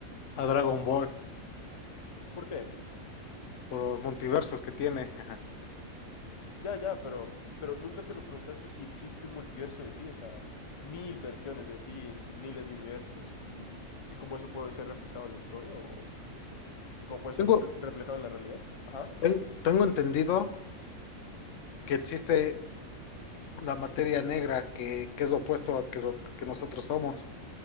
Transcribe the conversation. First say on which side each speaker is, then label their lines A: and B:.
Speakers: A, on the left; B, on the left.
A: a Dragon Ball
B: ¿Por qué?
A: por los multiversos que tiene. ajá.
B: Ya, ya, pero, pero nunca te lo preguntaste si existe un multiverso de ti, o sea, mil versiones de ti en miles de universos y, y cómo eso puede ser reflejado en la historia o cómo puede ser
A: Tengo,
B: fl- reflejado en la realidad. Ajá.
A: ten- tengo entendido que existe la materia negra que, que es lo opuesto a que lo que nosotros somos.